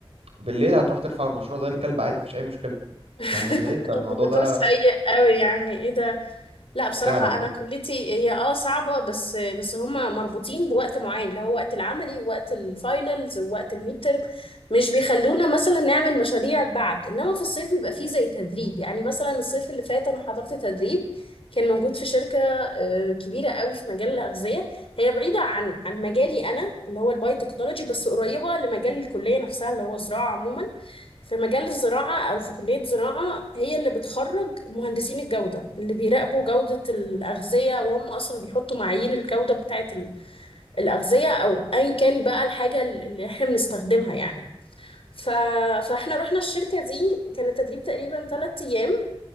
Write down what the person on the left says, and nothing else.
<laughs>
الموضوع
سيء قوي يعني ايه ده لا بصراحة
أنا كليتي هي اه صعبة بس بس هما مربوطين بوقت معين اللي هو وقت العملي ووقت الفاينلز ووقت الميد ترم مش بيخلونا مثلا نعمل مشاريع بعد إنما في الصيف بيبقى فيه زي تدريب يعني مثلا الصيف اللي فات أنا حضرت تدريب كان موجود في شركة آه، كبيرة قوي في مجال الأغذية هي بعيدة عن عن مجالي أنا اللي هو البايوتكنولوجي بس قريبة لمجال الكلية نفسها اللي هو زراعة عموما في مجال الزراعة أو في كلية زراعة هي اللي بتخرج مهندسين الجودة اللي بيراقبوا جودة الأغذية وهم أصلا بيحطوا معايير الجودة بتاعة ال- الأغذية أو أيا كان بقى الحاجة اللي إحنا بنستخدمها يعني ف... فإحنا رحنا الشركة دي كان التدريب تقريبا ثلاثة أيام